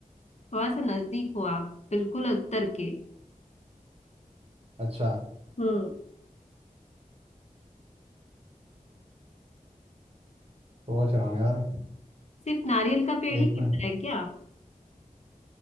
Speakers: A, on the left (about 50°); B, on the right (about 45°).
A: थोड़ा सा नजदीक हो आप बिल्कुल उत्तर के
B: अच्छा
A: हम्म
B: सोच रहा हूँ यार
A: सिर्फ नारियल का पेड़ ही
B: एक
A: कटता
B: मिनट
A: है क्या